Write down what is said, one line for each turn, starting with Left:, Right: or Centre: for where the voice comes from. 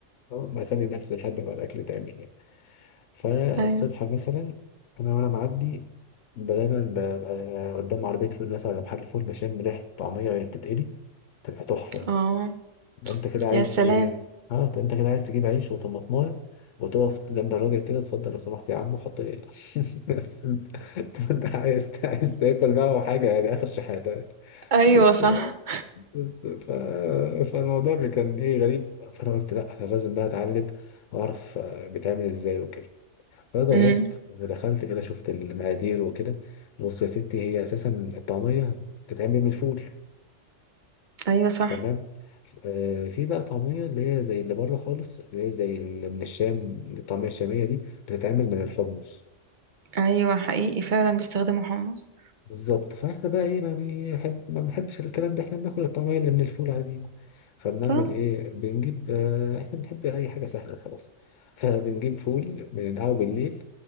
Left: آه، ما اسلي نفسي لحد ما الاكل يتعمل يعني فالصبح
Right: ايوه
Left: مثلا انا وانا معدي ب- دايما ببقى قدام عربيه فول مثلا ولا محل فول بشم ريحه طعميه وهي بتتقلي تبقى تحفه
Right: اه
Left: تبقى انت كده عايز
Right: يا سلام
Left: ايه اه انت أنت كده عايز تجيب عيش وطماطمايه وتقف جنب الراجل كده اتفضل لو سمحت يا عم وحط لي هنا <laughs> بس انت طب أنت عايز عايز تاكل بقى وحاجه يعني اخر شحاته يعني.
Right: ايوه
Left: بس
Right: صح
Left: آه، بس ف... فالموضوع كان ايه غريب فانا قلت لا انا لازم بقى اتعلم واعرف آه، بيتعمل ازاي وكده فجربت
Right: امم
Left: ودخلت كده شفت المقادير وكده بص يا ستي هي اساسا الطعميه بتتعمل من الفول
Right: ايوه صح
Left: تمام آه، في بقى طعميه اللي هي زي اللي بره خالص اللي هي زي اللي من الشام الطعميه الشاميه دي بتتعمل من الحمص
Right: ايوه حقيقي فعلا بيستخدموا حمص
Left: بالظبط فاحنا بقى ايه ما بيحب ما بنحبش الكلام ده احنا بناكل الطعمية اللي من الفول عادي فبنعمل
Right: صح
Left: ايه بنجيب آه احنا بنحب اي حاجة سهلة وخلاص فبنجيب فول بننقعه بالليل